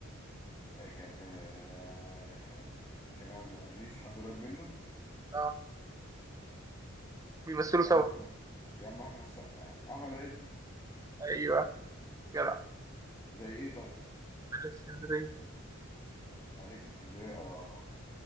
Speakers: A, on the left; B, on the right.
A: آه كان آه كريم عبد العزيز حد قريب منه
B: اه بيمثلوا
A: يا
B: سوا
A: عم احمد يا عم احمد سقا يا عم احمد عز
B: ايوه جدع
A: زي ايه طيب
B: ملك اسكندريه
A: ملاك اسكندرية اه